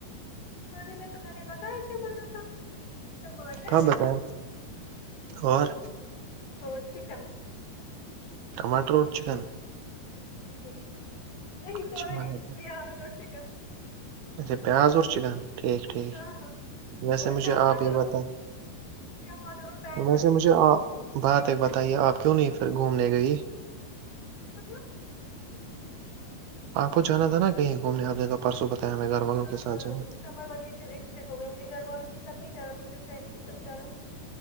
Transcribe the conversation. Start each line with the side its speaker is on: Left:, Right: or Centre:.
Left: کھانے میں تو میں نے بتایا کیا منا تھا ٹماٹر
Right: کہاں بتیا اور
Left: او چکن
Right: ٹماٹر اور چکن
Left: جی نہیں
Right: اچھی
Left: سوری
Right: بات
Left: ر
Right: ہے
Left: آاز اٹ چکا
Right: اچھا پیاز اور چکن ٹھیک ٹھیک
Left: ہاں
Right: ویسے
Left: اور
Right: مجھے
Left: ٹماٹر
Right: آپ یہ بتائ
Left: اور ٹماٹر اور بینگن
Right: ویسے مجھے آپ بات ایک بتائیے آپ کیوں نہیں پھر گھومنے گئی
Left: کہاں
Right: آپ کو جانا تھا نا کہیں گھومنے آپ نے تو پرسوں بتایا ہمیں گھر والوں کے
Left: ہاں
Right: ساتھ
Left: ہاں
Right: جائیں
Left: سمر ویکشن ہو گیا مجے گھر والوں کے سات نہیں جا تھا مجھے فڈ ک جانا تھا